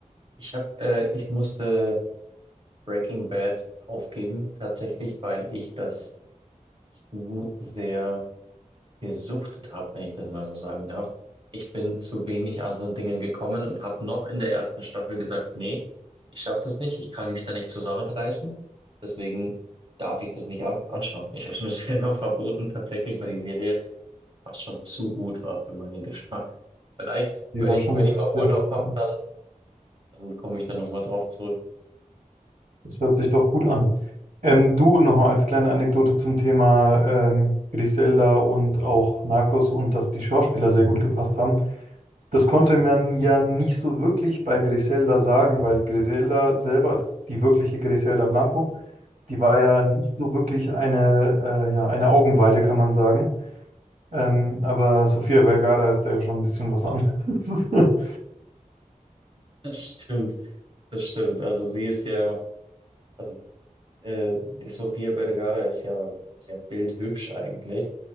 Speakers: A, on the right (about 40°); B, on the right (about 70°).
A: ich habe, äh, ich musste Breaking Bad aufgeben, tatsächlich, weil ich das zu sehr gesuchtet habe, wenn ich das mal so sagen darf. Ich bin zu wenig anderen Dingen gekommen und habe noch in der ersten Staffel gesagt, nee, ich schaffe das nicht, ich kann mich da nicht zusammenreißen, deswegen darf ich das nicht an- anschauen. Ich habe es mir <laughs> selber verboten, tatsächlich, weil die Serie fast schon zu gut war für meinen Geschmack. Vielleicht,
B: Die
A: wenn
B: war
A: ich,
B: schon
A: wenn
B: wirklich
A: ich mal Urlaub
B: sehr gut.
A: habe,
B: ja.
A: dann, dann komme ich da nochmal drauf zurück.
B: Das hört sich doch gut an. Ähm, du nochmal als kleine Anekdote zum Thema ähm, Griselda und auch Narcos und dass die Schauspieler sehr gut gepasst haben. Das konnte man ja nicht so wirklich bei Griselda sagen, weil Griselda selber, also die wirkliche Griselda Blanco, die war ja nicht so wirklich eine, äh, ja, eine Augenweide, kann man sagen. Ähm, aber Sofia Vergara ist da ja schon ein bisschen was anderes. <laughs>
A: <laughs> Das stimmt, das stimmt. Also sie ist ja, also äh, die Sofia Vergara ist ja sehr bildhübsch eigentlich.